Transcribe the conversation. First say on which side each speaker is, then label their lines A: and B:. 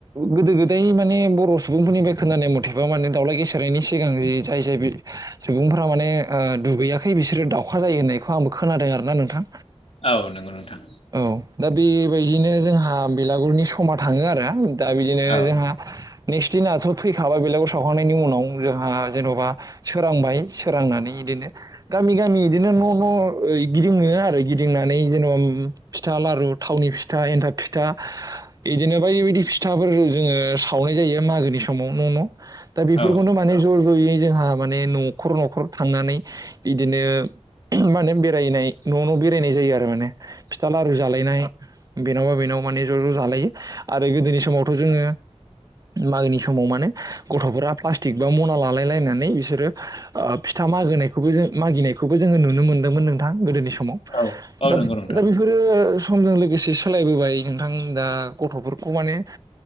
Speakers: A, on the right; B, on the left.
A: गोदो गोदाय माने बर' सुबुंफोरनिफ्राय खोनानाय मथेबा माने दाउलाय गेसेेरनायनि सिगां जि जाय जाय बे सुबुंफोरा माने ओ दुगैयाखै बिसोरो दाउखा जायो होननायखौ आंबो खोनादों आरोना नोंथां
B: औ नंगौ नोंथां
A: औ दा बेबायदिनो जोंहा बेलागुरनि समा थाङो आरो दा बिदिनो
B: औ
A: जोंहा नेक्स्ट दिनाथ' फैखाबाय बेलागुर सावखांनायनि उनाव जोंहा जेन'बा सोरांबाय सोरांनानै इदिनो गामि गामि इदिनो न' न' ओ गिदिङो आरो गिदिंनानै जेनेबा ओम फिथा, लारु, थावनि फिथा, एन्थाब फिथा बिदिनो बायदि बायदि फिथाफोर जोङो सावनाय जायो मागोनि समाव न' न'। दा बेफोरखौनो
B: औ
A: माने ज' ज'यै जोंहा माने न'खर न'खर थांनानै बिदिनो मा होनो बेरायनाय न' न' बे रायनाय जायो आरो माने फिथा लारु जालायनाय बेनावबा बेनावा माने ज' ज' जालायो आरो गोदोनि समावथ' जोङो मागोनि समाव माने गथ'फोरा प्लास्टिक बा मना लालाय लायनानै बिसोरो ओ फिथा मागो मागिनायखौबो जो नुनो मोनदोंमोन नोंथां गोदोनि सम दा
B: औ औ
A: बेफोरो
B: नंगौ नोंथां
A: समजों लोगोसे सोलायबोबाय नोंथां दा गथ'फोरखौ माने